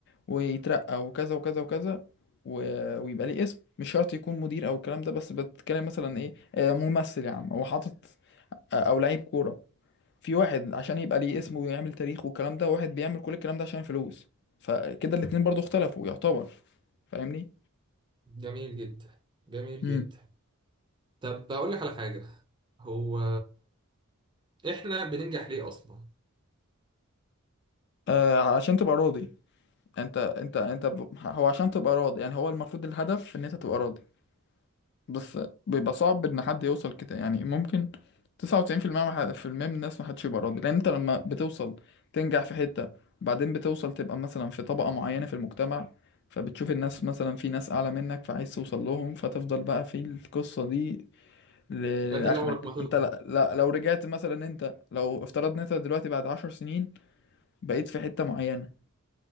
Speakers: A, on the left (about 50°); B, on the right (about 20°).
A: ويترقى وكذا وكذا وكذا و- ويبقى ليه اسم مش شرط يكون مدير او الكلام ده بس بتتكلم مثلا ايه آه، ممثل يا عم هو حاطط او لعيب كوره في واحد عشان يبقى ليه اسمه ويعمل تاريخ والكلام ده واحد بيعمل كل الكلام ده عشان فلوس فكده الاتنين برضو اختلفوا يعتبر فاهمني
B: جميل جدا جميل
A: امم
B: جدا طب بقول لك على حاجة هو احنا بننجح ليه اصلا؟
A: آه عشان تبقى راضي انت انت انت ب- هو عشان تبقى راضي يعني هو المفروض الهدف ان انت تبقى راضي بس بيبقى صعب ان حد يوصل كده يعني ممكن 99% من ح- في المية من الناس محدش يبقى راضي لان انت لما بتوصل تنجح في حتة بعدين بتوصل تبقى مثلا في طبقة معينة في المجتمع فبتشوف الناس مثلا في ناس اعلى منك فعايز توصل لهم فتفضل بقى في القصة دي ل-
B: يبقى انت
A: لاخرك
B: كده عمرك ما هترضى
A: انت لا لا لو رجعت مثلا انت لو افترضنا انت دلوقتي بعد عشر سنين بقيت في حتة معينة